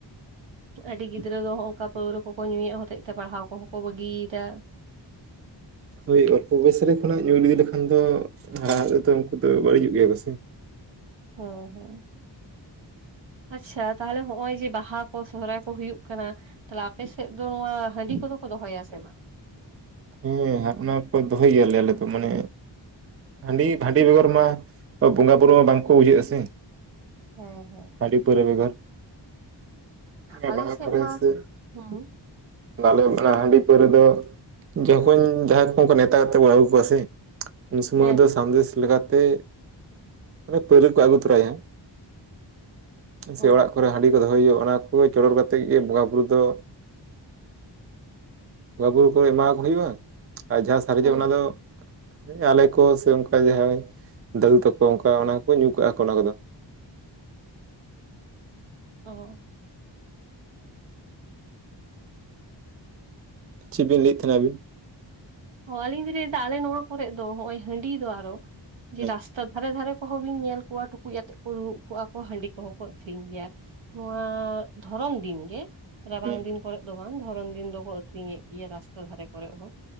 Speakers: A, on the right; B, on the right.
A: ᱟᱹᱰᱤ ᱜᱤᱫᱽᱨᱟᱹ ᱫᱚ ᱦᱚᱜᱚᱝᱠᱟ ᱯᱟᱹᱣᱨᱟᱹ ᱠᱚᱠᱚ ᱧᱩᱭᱮᱫ ᱦᱚᱛᱮᱡ ᱛᱮ ᱯᱟᱲᱦᱟᱣ ᱠᱚᱦᱚᱸ ᱠᱚ ᱵᱟᱹᱜᱤᱭ ᱮᱫᱟᱹ
B: ᱦᱳᱭ ᱚᱞᱯᱚ ᱵᱚᱭᱮᱥ ᱨᱮ ᱠᱷᱚᱱᱟᱜ ᱧᱩ ᱤᱫᱤ ᱞᱮᱠᱷᱟᱱ ᱫᱚ ᱦᱟᱦᱟᱜ ᱨᱮᱫᱚ ᱩᱱᱠᱩ ᱫᱚ ᱵᱟᱹᱲᱤᱡᱼᱚᱜ ᱜᱮᱭᱟ ᱠᱚᱥᱮ
A: ᱦᱮᱸᱼᱦᱮᱸ ᱟᱪᱪᱷᱟ ᱛᱟᱦᱚᱞᱮ ᱦᱚᱜ-ᱚᱭ ᱡᱮ ᱵᱟᱦᱟ ᱠᱚ ᱥᱚᱦᱨᱟᱭ ᱠᱚ ᱦᱩᱭᱩᱜ ᱠᱟᱱᱟᱹ ᱛᱟᱦᱞᱮ ᱟᱯᱮ ᱥᱮᱫ ᱫᱚ ᱱᱚᱣᱟ ᱦᱟᱺᱰᱤ ᱠᱚ ᱫᱚ ᱠᱚ ᱫᱚᱦᱚᱭᱟ ᱥᱮ ᱵᱟᱝ?
B: ᱦᱮᱸ ᱦᱟᱜ ᱚᱱᱟ ᱠᱚ ᱫᱚᱦᱚᱭ ᱜᱮᱭᱟᱞᱮ ᱟᱞᱮ ᱫᱚ ᱢᱟᱱᱮ ᱦᱟᱺᱰᱤ ᱵᱷᱟᱺᱰᱤ ᱵᱮᱜᱚᱨ ᱢᱟ ᱵᱚᱸᱜᱟ ᱵᱩᱨᱩ ᱢᱟ ᱵᱟᱝ ᱠᱚ ᱵᱩᱡᱷᱟᱹᱜ ᱟ ᱥᱮ
A: ᱦᱮᱸᱼᱦᱮᱸ
B: ᱦᱟᱺᱰᱤ ᱯᱟᱹᱣᱨᱟᱹ ᱵᱮᱜᱚᱨ <unintelligible>
A: ᱟᱞᱮ ᱥᱮᱫ ᱢᱟ
B: ᱥᱮ
A: ᱦᱩᱸ
B: ᱟᱞᱮ ᱦᱟᱺᱰᱤ ᱯᱟᱹᱣᱨᱟᱹ ᱫᱚ ᱡᱚᱠᱷᱚᱱ ᱡᱟᱦᱟᱸᱭ ᱠᱚ ᱱᱮᱛᱟ ᱠᱟᱛᱮ ᱠᱚ ᱟᱹᱜᱩ ᱠᱚᱣᱟ ᱥᱮ ᱩᱱ ᱥᱚᱢᱚᱭ
A: ᱦᱮᱸ
B: ᱫᱚ ᱥᱟᱸᱫᱮᱥ ᱞᱮᱠᱟ ᱛᱮ ᱯᱟᱹᱣᱞᱟᱹ ᱠᱚ ᱟᱹᱜᱩ ᱛᱚᱨᱟᱭᱟ
A: ᱚ
B: ᱥᱮ ᱚᱲᱟᱜ ᱠᱚ ᱨᱮ ᱦᱟᱺᱰᱤ ᱠᱚ ᱫᱚᱦᱚᱭ ᱦᱩᱭᱩᱜ-ᱟ ᱚᱱᱟ ᱠᱚ ᱪᱚᱰᱚᱨ ᱠᱟᱛᱮᱫ ᱜᱮ ᱵᱚᱸᱜᱟ ᱵᱩᱨᱩ ᱫᱚ ᱵᱚᱸᱜᱟ ᱵᱩᱨᱩ ᱠᱚ ᱮᱢᱟᱣᱟᱠᱚ ᱦᱩᱭᱩᱜ-ᱟ ᱟᱨ ᱡᱟᱦᱟᱸ ᱥᱟᱨᱮᱡᱚᱜ
A: ᱦᱩᱸ
B: ᱚᱱᱟ ᱫᱚ ᱟᱞᱮ ᱠᱚ ᱥᱮ ᱚᱱᱠᱟ ᱡᱟᱦᱟᱸᱭ ᱫᱟᱹᱫᱩ ᱛᱟᱠᱚ ᱚᱱᱠᱟ ᱚᱱᱟ ᱠᱚᱠᱚ ᱧᱩ ᱠᱟᱜᱼᱟ ᱠᱚ ᱚᱱᱟ ᱠᱚᱫᱚ ᱾
A: ᱚ
B: ᱪᱤᱫ ᱵᱤᱱ ᱞᱟᱹᱭ ᱮᱫ ᱛᱟᱦᱮᱱ-ᱟ ᱟᱵᱤᱱ?
A: ᱚ ᱟᱞᱤᱧ ᱞᱤᱧ ᱞᱟᱹᱭ ᱫᱟ ᱟᱞᱮ ᱱᱚᱣᱟ ᱠᱚᱨᱮ ᱫᱚ ᱦᱚᱜᱚᱭ ᱦᱟᱺᱰᱤ ᱫᱚ ᱟᱨᱚ ᱡᱮ
B: ᱦᱮᱸ
A: ᱨᱟᱥᱛᱟ ᱫᱷᱟᱨᱮ ᱫᱷᱟᱨᱮ ᱚᱦᱚ ᱵᱤᱱ ᱧᱮᱞ ᱠᱚᱣᱟ ᱴᱩᱠᱩᱡ ᱟᱛᱮ ᱠᱚ ᱫᱩᱲᱩᱵ ᱠᱚᱜ-ᱟ ᱠᱚ ᱦᱟᱺᱰᱤ ᱠᱚᱦᱚᱸ ᱠᱚ ᱟᱠᱷᱨᱤᱧ ᱜᱮᱭᱟ ᱱᱚᱣᱟ ᱫᱷᱚᱨᱚᱱ ᱫᱤᱱ ᱜᱮ ᱨᱟᱵᱟᱝ
B: ᱦᱮᱸ
A: ᱫᱤᱱ ᱠᱚ ᱫᱚ ᱵᱟᱝ ᱫᱷᱚᱨᱚᱱ ᱫᱤᱱ ᱫᱚ ᱠᱚ ᱟᱠᱷᱨᱤᱧ ᱮᱫ ᱜᱮᱭᱟ ᱨᱟᱥᱛᱟ ᱫᱷᱟᱨᱮ ᱠᱚ ᱨᱮ ᱦᱚᱸ